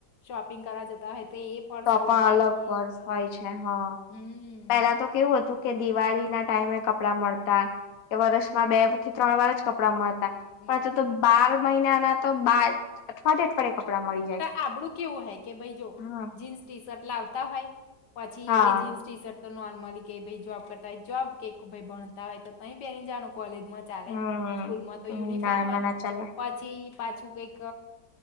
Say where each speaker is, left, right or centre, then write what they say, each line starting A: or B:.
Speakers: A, on the left; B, on the left.
A: શોપિંગ હોય તો એ પર્સ
B: તો પણ
A: રાખી
B: અલગ વર્ષ હોય છે હ
A: હમ
B: પેલા તો કેવું હતું કે દિવાળી ના ટાઈમે કપડા મળતા કે વર્ષમાં બે થી ત્રણ વાર જ કપડા મળતા
A: મળતા
B: પણ તો બાર મહિના ના તો બાર અઠવાડયે અઠવાડિયે કપડા મળી જાય
A: તો આપડું કેવું હોય કે ભાઈ જો
B: હમ
A: જીન્સ ટી શર્ટ લાવતા હોય પછી
B: હા
A: એ જીન્સ ટી શર્ટ તો નોર્મલી ક ભાઈ જોબ કરતા હોય જોબ કેઈક ભાઈ ભણતા હોય તો તહી પે જાણ કોલેજમાં ચાલે
B: હમ
A: સ્કૂલમાં તો યુનિફોર્મ
B: ના એમાં
A: હોય
B: ના ચાલે
A: પછી પાછું કઈક